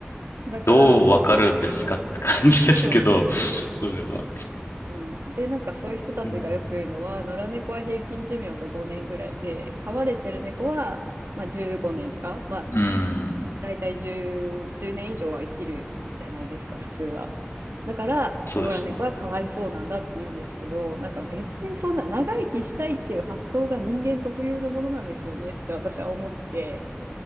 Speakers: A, on the right; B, on the left.
A: <laughs> だから、
B: どうわかるんですかって感じですけど、
A: そうそ
B: それは。
A: う。うん。で、なんかそういう人たちがよく言うのは、
B: うん。
A: 野良猫は平均寿命が5年ぐらいで、飼われてる猫は、まあ15年とか、まあ
B: うん。
A: だいたい10、年以上は生きるじゃないですか、普通は。だから、
B: そうですね。
A: 野良猫はかわいそうなんだって言うんですけど、なんか別にそんな長生きしたいっていう発想が人間特有のものなんですよねって私は思って、